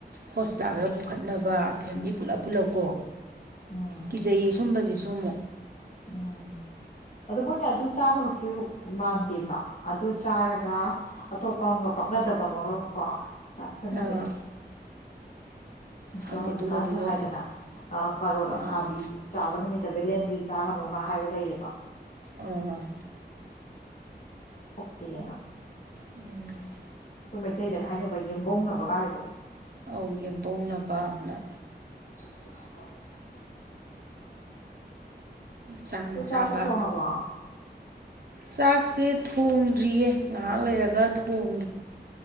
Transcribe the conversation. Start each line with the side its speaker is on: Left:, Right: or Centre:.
Right: ꯍꯣꯁꯄꯤꯇꯥꯜꯗ ꯄꯨꯈꯠꯅꯕ ꯐꯦꯃꯤꯂꯤ ꯄꯨꯂꯞ ꯄꯨꯜꯂꯞꯀꯣ
Left: ꯎꯝ
Right: ꯀꯤꯖꯩ ꯑꯁꯨꯝꯕꯁꯤꯁꯨ ꯑꯃꯨꯛ
Left: ꯎꯝ ꯑ ꯃꯣꯏꯅ ꯑꯗꯨ ꯆꯥꯕ ꯈꯛꯀꯤ ꯃꯥꯟꯗꯦꯕ ꯑꯗꯨ ꯆꯥꯔꯒ ꯑꯇꯣꯞꯄ ꯑꯃꯒ ꯄꯛꯅꯗꯕ ꯑꯃꯒ ꯀꯣ ꯁꯁꯇ ꯅꯕꯗꯣ
Right: ꯑꯥ ꯈꯪꯗꯦ
Left: ꯑꯣ ꯍꯧꯖꯤꯛꯀꯥꯟꯁꯨ
Right: ꯑꯗꯨꯒꯗꯤꯗꯣ
Left: ꯍꯥꯏꯗꯅ ꯀꯔꯣꯔ
Right: ꯃꯥꯅꯤ
Left: ꯑꯈꯥꯕꯤ ꯆꯥꯕ ꯅꯨꯃꯤꯠ ꯕꯦꯂꯦꯟꯗ꯭ꯔꯤ ꯆꯥꯒꯅꯨꯒ ꯍꯥꯏꯕ ꯂꯩꯌꯦꯕ
Right: ꯑꯣ
Left: ꯐꯠꯇ ꯌꯦꯅ
Right: ꯎꯝ
Left: ꯑꯩꯈꯣꯏ ꯃꯩꯇꯩꯗꯒ ꯍꯥꯏꯅꯕ ꯌꯦꯦꯝꯕꯧꯅꯕꯒꯥꯏꯕꯗꯣ
Right: ꯑꯧ ꯌꯦꯝꯕꯧꯅꯕ ꯍꯥꯏꯅ
Left: <inaudible>
Right: ꯆꯥꯃ
Left: ꯆꯥꯛ
Right: ꯆꯥꯕ
Left: ꯀ ꯊꯣꯡꯉꯥꯕꯣ
Right: ꯆꯥꯛꯁꯦ ꯊꯣꯡꯗ꯭ꯔꯤꯌꯦ ꯉꯥꯏꯍꯥꯛ ꯂꯩꯔꯒ ꯊꯣꯡ